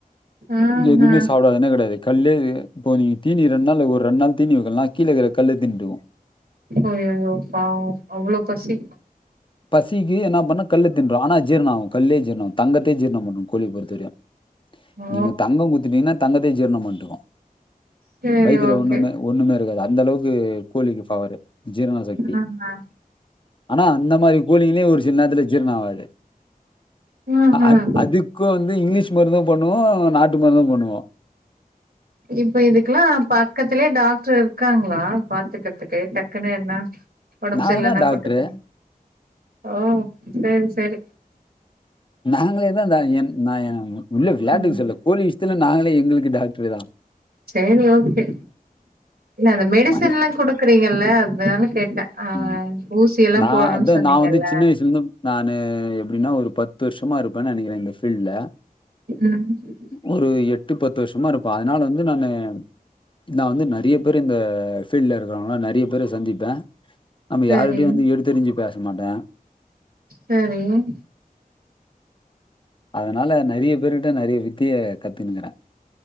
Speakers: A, on the right; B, on the left.
A: ஆஹா.
B: எதுமே சாப்டாதுனா கெடையாது கல்லே இப்போ நீங்க தீனி ரெண் நாள் ஒரு ரெண் நாள் தீனி வைக்கலானா கீழ இருக்குற கல்லே தின்று
A: அய்யயோ பாவோ அவ்ளோ பசி
B: பசிக்கு என்ன பண்ணு கல்ல தின்று ஆனா ஜீர்ணோ ஆகு கல்லே ஜீர்ணு ஆகு தங்கத்தே ஜீர்ணம் பண்ணு கோழி பொருத்தவரைையு
A: ஓ!
B: நீங்க தங்கோ குடுத்துட்டீங்கனா தங்கத்தயு ஜீர்ணோ பண்ணுட்ருக்கு
A: சரி
B: வயித்துல
A: ஓகே.
B: ஒண்ணுமே ஒண்ணுமே இருக்காது அந்த அளவுக்கு கோழிக்கு பவரு ஜீரணோசக்தி
A: ஆ ஆ
B: ஆனா அந்த மாரி கோழிங்களே ஒரு சில நேரத்துல ஜீர்ண ஆகாது
A: ம்ஹ்ம்.
B: அ அதுக்கு வந்து இங்லீஷ் மருந்து பண்ணுவோ நாட்டு மருந்து பண்ணுவோ
A: இப்ப இதுக்குல்லா பா பக்கத்துலே டாக்டர் இருக்காங்களா பாத்துக்கற்துக்கு டக்குன்னு என்ன ஒடம்பு
B: நாங்க
A: சரில்லனா
B: தான் டாக்டரு
A: கூட்டு போய் ஓ சரி சரி
B: நாங்களேதா நா என் நா உள்ள விளாட்டுக்கு
A: ம்.
B: சொல்ல கூலி த்துல நாங்களே எங்களுக்கு டாக்டரே தா
A: சேரி ஓகே இல்ல அந்த மெடிசன்ல்லா
B: மணி
A: குடுக்குறீங்கல்ல அதனால கேட்ட ஆ
B: ம்
A: ஊசி எல்லா
B: நா
A: போடுறோனு
B: அதா
A: சொன்னீங்கல்ல
B: நா வந்து சின்ன வயசுலருந்து நானு எப்டின்னா ஒரு பத்து வர்ஷமா இருப்பேனு நெனைக்கிறே இந்த ஃபீல்டுல
A: ம்
B: ஒரு எட்டு பத்து வர்ஷோமா இருப்போ அதுனால வந்து நானு நா வந்து நறைய பேர் இந்த ஃபீல்ட்ல இருக்கிறவங்களா நறைய பேர சந்திப்ப நம்ம
A: சரி
B: யாருட்டையு வந்து எடுத்து எரிஞ்சு பேச மாட்ட
A: ம்
B: அதனால நெறைய பேருகிட்ட நெறைய வித்தைய கத்துனுக்கிற